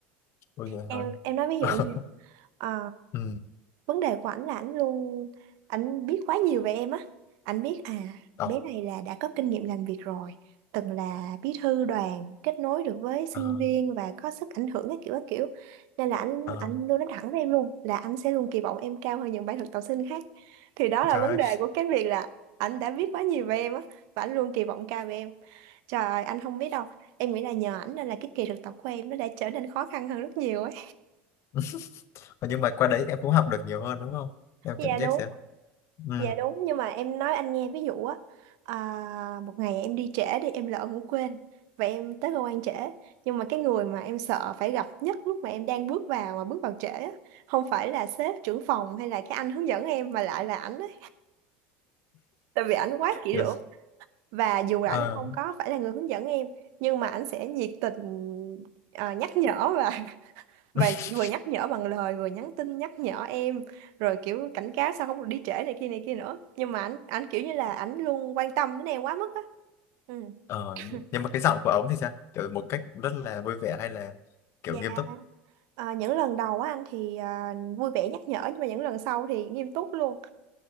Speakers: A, on the left; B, on the right.
A: ôi vậy
B: em
A: thôi
B: em nói ví dụ
A: <laughs>
B: nha ờ,
A: ừ
B: vấn đề của ảnh là ảnh luôn ảnh biết quá nhiều về em á ảnh biết à
A: ờ
B: bé này là đã có kinh nghiệm làm việc rồi từng là bí thư đoàn kết nối được với sinh
A: ờ
B: viên và có sức ảnh hưởng các kiểu các kiểu nên là ảnh
A: ờ
B: ảnh luôn nói thẳng với em luôn là anh sẽ luôn kỳ vọng em cao hơn những bạn thực tập sinh khác thì đó là
A: trời
B: vấn
A: ơi
B: đề của cái việc là ảnh đã biết quá nhiều về em á và ảnh luôn kỳ vọng cao về em trời ơi, anh không biết đâu em nghĩ là nhờ ảnh nên là cái kỳ thực tập của em nó đã trở nên khó khăn hơn rất nhiều ấy
A: <laughs> Mà nhưng mà qua đấy em cũng học được nhiều hơn đúng không em
B: dạ
A: cảm giác
B: đúng
A: sao ừ
B: Dạ đúng nhưng mà em nói anh nghe ví dụ á à, một ngày em đi trễ đi em lỡ ngủ quên và em tới cơ quan trễ nhưng mà cái người mà em sợ phải gặp nhất lúc mà em đang bước vào mà bước vào trễ á không phải là sếp trưởng phòng hay là cái anh hướng dẫn em mà lại là ảnh ấy tại vì ảnh quá kỹ
A: kiểu,
B: lưỡng và dù là
A: ờ
B: ảnh không có phải là người hướng dẫn em nhưng mà ảnh sẽ nhiệt tình à, nhắc nhở và <laughs> và
A: <laughs>
B: vừa nhắc nhở bằng lời vừa nhắn tin nhắc nhở em rồi kiểu cảnh cáo sao không được đi trễ này kia này kia nữa nhưng mà ảnh ảnh kiểu như là ảnh luôn quan tâm đến em quá mức á ừ
A: ờ
B: kiểu
A: nhưng mà cái giọng
B: như-
A: của ổng thì sao kiểu một cách rất là vui vẻ hay là kiểu
B: dạ
A: nghiêm túc
B: à, những lần đầu á anh thì à, vui vẻ nhắc nhở nhưng mà những lần sau thì nghiêm túc luôn